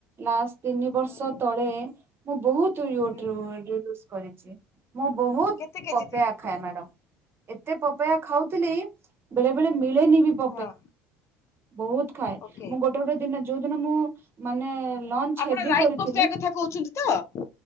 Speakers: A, on the right; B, on the left.
A: ଲାଷ୍ଟ୍ ତିନି ବର୍ଷ
B: ହୁଁ ହୁଁ
A: ତଳେ। ମୁଁ ବହୁତ ୟୁଟ୍
B: ହୁଁ
A: ୱେଟ୍ ରିଡ୍ୟୁସ୍ କରିଛି। ମୁଁ ବହୁତ
B: କେତେ କେଜି
A: ପପେୟା
B: ଥିଲେ
A: ଖାଏ ମ୍ୟାଡ଼ାମ। ଏତେ ପପେୟା ଖାଉଥିଲି ବେଳେ ବେଳେ ମିଳେନି ବି ପ
B: ହଁ
A: ବହୁତ ଖାଏ
B: ଓକେ
A: ମୁଁ ଗୋଟେ ଗୋଟେ ଦିନ ଯୋଉ ଦିନ ମୁଁ ମାନେ ଲଞ୍ଚ
B: ଆପଣ
A: ହେଭୀ
B: ଲାଇଟ
A: କରିଥିଲି।
B: ପପେୟା କଥା କହୁଛନ୍ତି ତ ହଁ